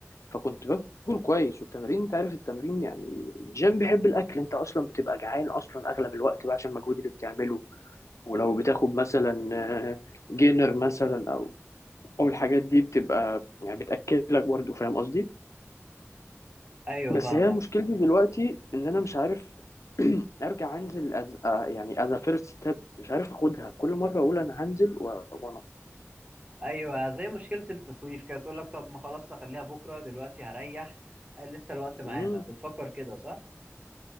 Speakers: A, on the left; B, on the right.
A: فكنت باكل كويس والتمرين انت عارف التمرين يعني الجيم بيحب الاكل انت اصلا بتبقى جعان اصلا اغلب الوقت بقى عشان المجهود اللي بتعمله ولو بتاخد مثلا آه، جينر مثلا او او الحاجات دي بتبقى يعني بتاكلك برضه فاهم قصدي
B: ايوه
A: بس
B: فاهمك
A: هي مشكلتي دلوقتي ان انا مش عارف <clears throat> ارجع انزل أز... آه، يعني از فيرست ستيب مش عارف اخدها كل مره اقول انا هنزل و- وانفض
B: ايوه زي مشكله التسويف كده تقول لك طب ما خلاص نخليها بكره دلوقتي هريح آه، لسه الوقت معانا
A: مم.
B: بتفكر كده صح